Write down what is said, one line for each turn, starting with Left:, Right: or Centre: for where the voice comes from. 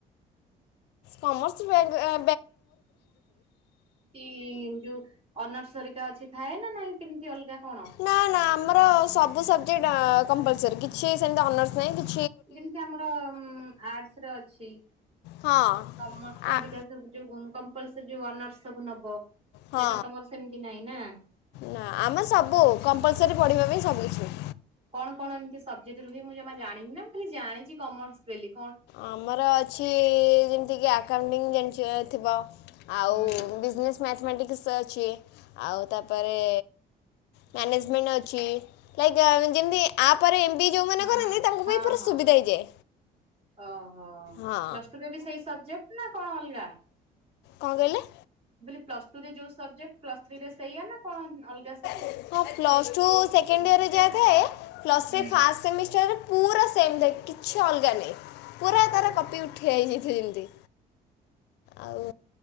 Left: କମର୍ସ ବେଙ୍ଗେ ଏ
Right: ପି ଯୋଉ ଅନର୍ସରୀ ତ ଅଛି ଥାଏ ନା ନାଇଁ ଏମତି ଉଁ, କି ଅଲଗା କଣ?
Left: ନା ନା ଆମର ସବୁ ସବଜେକ୍ଟ ଅ, କମ୍ପଲସରି କିଛି ସେମିତି ଅନର୍ସ ନାହିଁ କି
Right: ଯେମିତି ଆମର ଉଁ, ଆର୍ଟସ ର ଅଛି।
Left: ହଁ
Right: କମର୍ସ
Left: ଆ-
Right: ହରିକା ସବୁ ଯୋଉ ଉଁ, କମ୍ପଲସରି ଯୋଉ ଅନର୍ସ ସବୁ ନବ।
Left: ହଁ,
Right: ସେଇଟା ତମର ସେମିତି ନାଇଁ ନା।
Left: ନା ଆମେ ସବୁ କମ୍ପଲସରି ପଢ଼ିବା ପାଇଁ ସବୁ କିଛି।
Right: କଣ କଣ ଏମିତି ସବଜେକ୍ଟ ରୁହେ ମୁଁ ଜମା ଜାଣିନି ନା, ମୁଁ ଖାଲି ଜାଣିଛି କମର୍ସ ବେଲି।
Left: ଆମର ଅଛି ଯେମତି କି ଆକାଉଣ୍ଟିଂ ଜାଣ <unintelligible> ଥିବ। ଆଉ
Right: ହୁଁ
Left: ବିଜନେସ୍ ମ୍ୟାଥମେଟିକ୍ସ ଅଛି, ଆଉ ତାପରେ ମ୍ୟାନେଜମ୍ୟାଣ୍ଟ ଅଛି ଲାଇକ୍ ଏ ଯେମତି ଆ ପରେ ପି ଜି ଯୋଉମାନେ
Right: ହୁଁ
Left: କରନ୍ତି ତାଙ୍କ
Right: ହଁ
Left: ପାଇଁ ପୁରା
Right: ହଁ
Left: ସୁବିଧା ହେଇଯାଏ।
Right: ଓହୋ
Left: ହଁ
Right: ପ୍ଲସ ଟୁ ରେ ବି ସେଇ ସବଜେକ୍ଟ ନା କଣ ଅଲଗା?
Left: କଁ କହିଲେ?
Right: ମୁଁ କହିଲି ପ୍ଲସ ଟୁ ରେ ଯୋଉ ସବଜେକ୍ଟ ପ୍ଲସ ଥ୍ରୀ ରେ ସେଇଆ ନା କଣ ଅଲଗା ସବୁ?
Left: ହଁ ପ୍ଲସ ଟୁ ସେକେଣ୍ଡ ଇୟରରେ ଯାଇଥାଏ ପ୍ଲସ ଥ୍ରୀ
Right: ହୁଁ
Left: ଫାଷ୍ଟ ସେମିଷ୍ଟାର ପୁରା ସେମ୍ ଥାଏ। କିଛି ଅଲଗା ନାହିଁ ପୁରା ତାର
Right: ଓହୋ
Left: କପି ଉଠି ଆଇ ଯାଇଥାଏ। ଆଉ